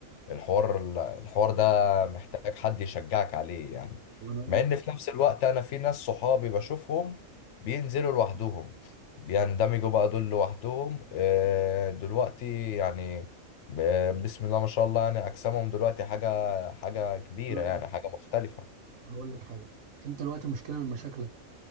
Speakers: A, on the left (about 65°); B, on the right (about 90°).
A: الحوار الحوار ده محتاج حد يشجعك عليه يعني
B: طب انا اقول
A: مع
B: لك
A: ان في نفس الوقت انا في ناس صحابي بشوفهم بينزلوا لوحدهم بيندمجوا بقى دول لوحدهم آه، دلوقتي يعني آه، بسم الله ما شاء الله يعني اجسامهم دلوقتي حاجة حاجة كبيرة
B: أنا
A: يعني حاجة مختلفة
B: هقول لك حاجه انت دلوقتي مشكله من مشاكلك